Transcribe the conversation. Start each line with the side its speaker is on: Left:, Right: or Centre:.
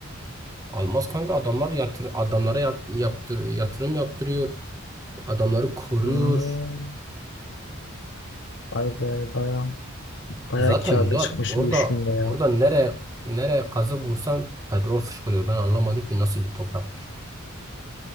Right: Olmaz kanka adamlar yatır adamlara yat- yaptır, yatırım yaptırıyor. Adamları koruyor.
Left: Hmm, vay be baya baya
Right: Zaten
Left: karlı
Right: zaten
Left: çıkmış
Right: orada
Left: bu iş günde ya.
Right: orada nereye nereye kazık vursan petrol fışkırıyor. Ben anlamadım ki nasıl bir topraktır.